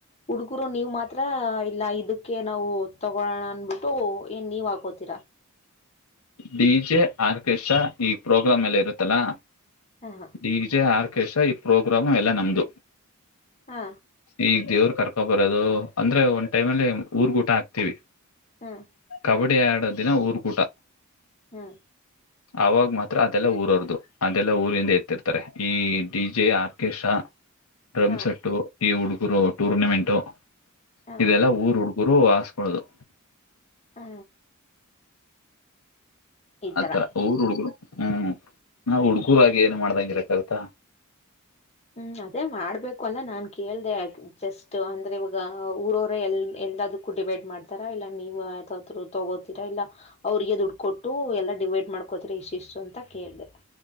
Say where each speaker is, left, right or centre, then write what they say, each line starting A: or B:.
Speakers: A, on the left; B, on the left.
A: ಹುಡುಗರು ನೀವ್ ಮಾತ್ರ ಇಲ್ಲ ಇದಕ್ಕೆ ನಾವು ತಗೋಳೋಣ ಅನ್ಬಿಟ್ಟು ಏನ್ ನೀವ್ ಹಾಕೋತೀರಾ.
B: ಡಿ ಜೆ ಆರ್ಕೆಸ್ಟ್ರಾ ಈ ಪ್ರೋಗ್ರಾಮ್ ಎಲ್ಲಾ ಇರುತ್ತಲ್ಲಾ.
A: ಹಾ ಹ
B: ಡಿ ಜೆ ಆರ್ಕೆಸ್ಟ್ರಾ ಈ ಪ್ರೋಗ್ರಾಮ್ ಎಲ್ಲಾ ನಮ್ದು.
A: ಹಾ
B: ಈ ದೇವ್ರ ಕರ್ಕೊ ಬರೋದು ಅಂದ್ರೆ ಒಂದ್ ಟೈಮಲ್ಲಿ ಊರಗ್ ಊಟ ಹಾಕ್ತೀವಿ.
A: ಹ್ಮ್
B: ಕಬ್ಬಡ್ಡಿ ಆಡೋ ದಿನ ಊರಿಗೆ ಊಟ.
A: ಹ್ಮ್
B: ಅವಾಗ ಮಾತ್ರ ಅದೆಲ್ಲ ಊರರ್ದು ಅದೆಲ್ಲಾ ಊರಿಂದ ಎತ್ತಿರ್ತಾರೆ ಈ ಡಿ ಜೆ ಆರ್ಕೇಸ್ಟ್ರಾ ಡ್ರಮ್
A: ಹ
B: ಸೆಟ್ಟು ಈ ಹುಡುಗರು ಟೂರ್ನಮೆಂಟು
A: ಹ ಹ
B: ಇದೆಲ್ಲಾ ಊರ್ ಹುಡುಗ್ ಗುರು ಹಾಕ್ಸೋಳ್ಳೋದು.
A: ಹಾ ಈ
B: ಆತರ
A: ತರ
B: ಊರ ಹುಡ್ಗರು ಹ್ಮ್ ನಾ ಹುಡ್ಗೂರಾಗಿ ಏನ್ ಮಾಡ್ದಂಗಿಲ್ಲ ಕಲ್ತಾ
A: ಹ್ಮ್ ಅದೇ ಮಾಡ್ಬೇಕು ಅಲ್ಲ ನಾನ್ ಕೇಳ್ದೆ ಜಸ್ಟ್ ಅಂದ್ರೆ ಇವಾಗ ಊರೊರೆ ಎಲ್ಲಾ ಎಲ್ಲದಕ್ಕ್ ಕೂಟ್ಬೇಕ್ ಮಾಡ್ತಾರಾ ಇಲ್ಲ ನೀವು ಯಾವುದಾದ್ರೂ ತಗೋತೀರಾ ಇಲ್ಲಾ‌ ಅವ್ರಿಗೆ ದುಡ್ಕೊಟ್ಟು ಎಲ್ಲಾ ಡಿವೈಡ್ ಮಾಡ್ಕೋತಿರ ಇಶ್ ಇಷ್ಟು ಅಂತ ಕೇಳ್ದೆ.